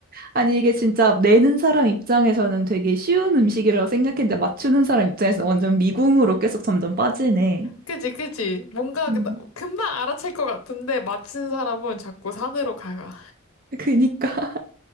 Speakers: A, on the right; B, on the left.
A: 아니, 이게 진짜 내는 사람 입장에서는 되게 쉬운 음식이라고 생각했는데 맞추는 사람 입장에서는 완전 미궁으로 계속 점점 빠지네.
B: 그지, 그지? 뭔가
A: 음.
B: 그- 금방 알아챌 것 같은데, 맞힌 사람은 자꾸 산으로 가가.
A: 그니까.